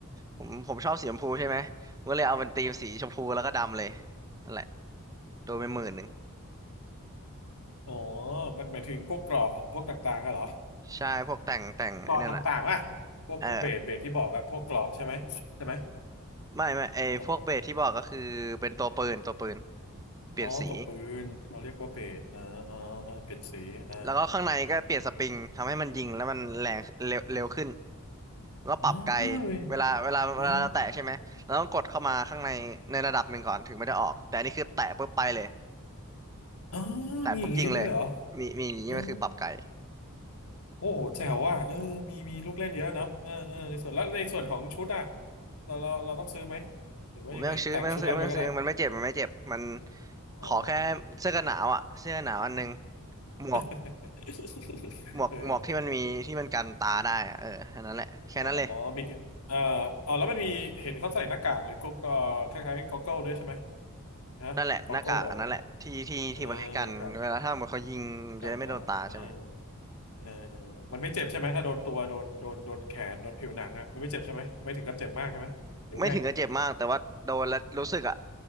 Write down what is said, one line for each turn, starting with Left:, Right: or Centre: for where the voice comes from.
Right: ผมผมชอบสีชมพูใช่ไหมผมก็เลยเอาเป็นธีมสีชมพูแล้วก็ดำเลยนั่นแหละโดนไปหมื่นหนึ่ง
Left: <laughs> อ๋อมันหมายถึงพวกเกราะพวกต่างๆอะเหรอ
Right: ใช่พวกแต่งแต่งไอ้นั่นอ่ะ
Left: เกราะต่างๆวะพวกพวกเบสเบสที่บอกอะพวกเกราะใช่ไหมใช่ไหม
Right: เออไม่ไม่ไอพวกเบสที่บอกก็คือเป็นตัวปืนตัวปืน
Left: ฮัลโหล
Right: เปลี่ยนสี
Left: อ๋อตัวปืนเขาเรียกว่าเบสนะอ่าอ่าเป็นสีอ่า
Right: แล้วก็ข้างในก็เปลี่ยนสปริงทำให้มันยิงแล้วมันแรงเร็วเร็วขึ้น แล้วปรับไกล
Left: อ๋อเว้ย
Right: เวลาเวลาเวลาเราแตะใช่ไหมเราต้องกดเข้ามาข้างในในระดับหนึ่งก่อนถึงไม่ได้ออกแต่อันนี้คือแตะปุ๊บไปเลย
Left: อ๋ออ๋อ
Right: แตะปุ๊บยิงเลย
Left: มีอย่างนี้ด้วยเหรอ
Right: มีมีอย่างนี้มันคือปรับไกล
Left: อ๋อโอ้โหแจ๋วอ่ะเออมีมีลูกเล่นเยอะเนาะเออเออในส่วนแล้วในส่วนของชุดอ่ะเราเราเราต้องซื้อไหมหรือว่ายังไงแต่งชุดอะไรไปก็ได้
Right: ผมไม่ต้องซื้อไม่ต้องซื้อไม่ต้องซื้อมันไม่เจ็บมันไม่เจ็บมัน
Left: อ๋อ
Right: ขอแค่เสื้อกันหนาวอ่ะเสื้อกันหนาวอันหนึงหมวก
Left: <laughs>
Right: หมวกหมวกที่มันมีที่มันกันตาได้อะเอออันนั้นแหละแค่นั้นเลย
Left: เอออ๋ออ๋อมีเอ่ออ๋อแล้วมันมีเห็นเขาใส่หน้ากากหรือก็ก็คล้ายๆก็อ g เกิลด้วยใช่ไหมฮะก็อ
Right: นั่นแหละหน้ากากอันนั้นแหละที่ที่ที่ไว้กันเวลาถ้าเหมือนเขายิงมันจะได้ไม่โดนตาใช่ไหม
Left: g เกิลอ่ะเออหน้ากาก การเตาเออเออมันไม่เจ็บใช่ไหมถ้าโดนตัวโดนโดนโดนแขนโดนผิวหนังอ่ะมันไม่เจ็บใช่ไหมไม่ถึงกับเจ็บมากใช่ไหมหรือว่าไง
Right: ไม่ถึงกับเจ็บมากแต่ว่าโดนแล้วรู้สึกอ่ะ